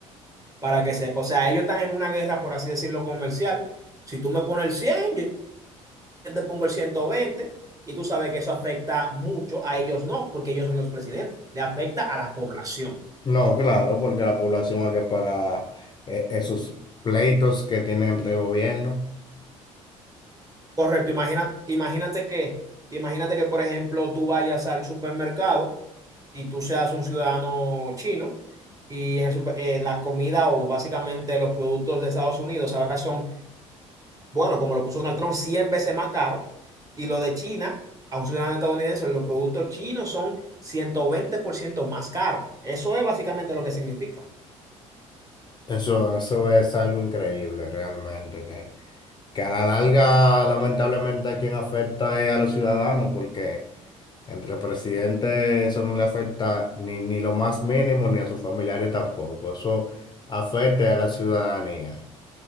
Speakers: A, on the right; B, on the left.
A: para que sepa. O sea, ellos están en una guerra, por así decirlo, comercial. Si tú me pones el 100, yo te pongo el 120 y tú sabes que eso afecta mucho, a ellos no, porque ellos son los presidentes, le afecta a la población.
B: No, claro, porque la población hay que pagar eh, esos pleitos que tienen entre gobierno.
A: Correcto, imagina, imagínate que, imagínate que, por ejemplo, tú vayas al supermercado y tú seas un ciudadano chino y en el super- eh, la comida o básicamente los productos de Estados Unidos ahora son Bueno, como lo puso Donald Trump 100 veces más caro. Y lo de China, a un ciudadano estadounidense, los productos chinos son 120% más caros. Eso es básicamente lo que significa.
B: Eso, eso es algo increíble realmente, que, que a la larga lamentablemente a quien afecta es a los ciudadanos, porque entre presidentes eso no le afecta ni, ni lo más mínimo, ni a sus familiares tampoco. Eso afecta a la ciudadanía.